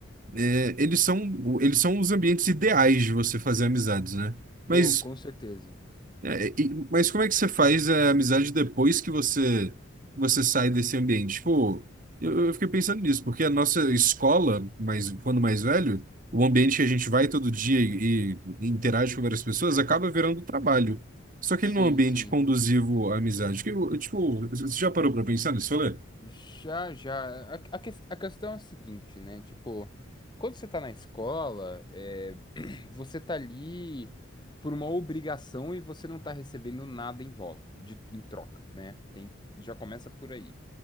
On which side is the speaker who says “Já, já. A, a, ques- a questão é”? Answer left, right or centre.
Left